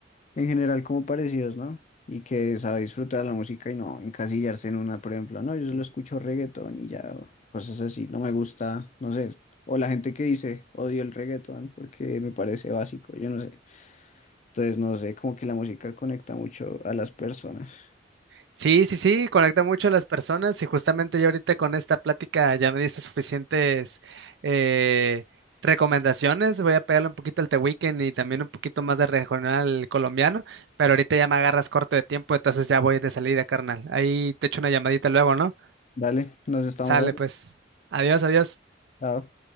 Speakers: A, on the left; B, on the right.
A: en general como parecidos, ¿no? Y que sabe disfrutar la música y no encasillarse en una, por ejemplo, no, yo solo escucho reggaetón y ya, o cosas así, no me gusta, no sé. O la gente que dice, odio el reggaetón porque me parece básico, yo no sé. Entonces, no sé, como que la música conecta mucho a las personas.
B: Sí, sí, sí, conecta mucho a las personas y justamente yo ahorita con esta plática ya me diste suficientes eh, recomendaciones. Voy a pegarle un poquito al The Weeknd y también un poquito más de regional colombiano, pero ahorita ya me agarras corto de tiempo, entonces ya voy de salida, carnal. Ahí te echo una llamadita luego, ¿no?
A: Dale, nos estamos
B: Sale,
A: hablando.
B: pues. Adiós, adiós.
A: Chao.